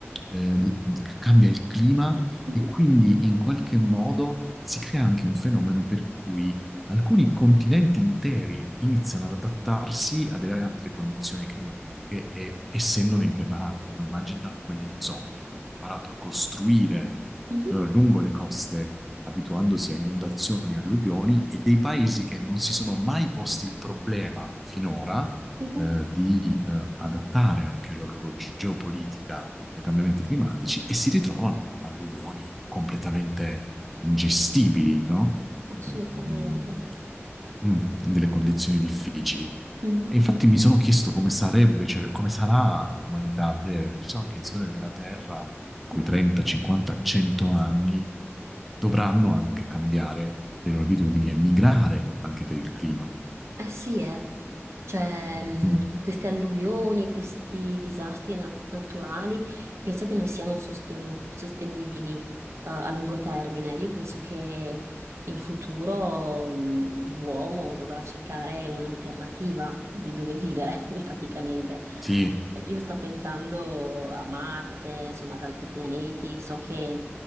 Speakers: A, in the centre; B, on the right.
A: eh, l- cambia il clima
B: mhm,
A: e quindi in qualche modo si crea anche un fenomeno per cui alcuni continenti interi iniziano ad adattarsi a delle altre condizioni climatiche e essendone impreparati, no? Immagina quelle zone che hanno imparato a costruire
B: mhm,
A: eh, lungo le coste, abituandosi a inondazioni e alluvioni, e dei paesi che non si sono mai posti il problema finora
B: mhm,
A: eh, di eh, adattare anche la loro geopolitica ai cambiamenti climatici e si ritrovano con alluvioni completamente ingestibili, no?
B: Assolutamente.
A: ehm, mm, in delle condizioni difficili.
B: Mhm,
A: E infatti mi sono chiesto come sarebbe, cioè, come sarà l'umanità a breve, perché ci sono anche zone della Terra in cui
B: mhm.
A: 30, 50, 100 anni dovranno anche cambiare le loro abitudini e migrare anche per il clima.
B: Eh sì, eh. Cioè,
A: Mm,
B: mh,
A: mm,
B: queste alluvioni, questi disastri na- naturali, penso che non siano sostenu- sostenibili, eh, a lungo termine. Io penso che in futuro, mh, l'uomo dovrà cercare un'alternativa di dove vivere, <laughs> praticamente.
A: Sì,
B: Io sto pensando a Marte, insomma, ad altri pianeti. So che